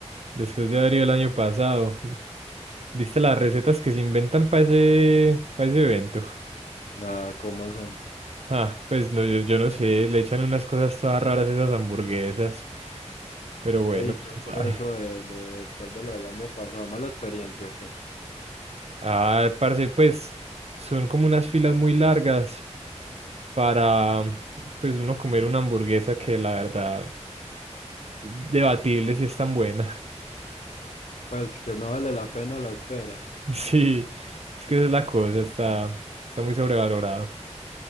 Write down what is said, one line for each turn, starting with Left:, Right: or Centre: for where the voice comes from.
Right: después de haber ido el año pasado. <laughs> ¿Viste las recetas que se inventan para ese, para ese evento? <laughs>
Left: Nada, ¿cómo son?
Right: Ah, pues no, yo, yo no sé, le echan unas cosas todas raras a esas hamburguesas. Pero bueno,
Left: Ey,
Right: quién
Left: ¿qué
Right: sabe.
Left: fue eso de, de después de lo del año pasado? ¿Mala experiencia o qué?
Right: Ah, parce, pues son como unas filas muy largas para, pues uno comer una hamburguesa que la verdad Debatible si es tan buena. <laughs>
Left: Pues que no vale la pena la espera.
Right: Sí, es que esa es la cosa, está, está muy sobrevalorado.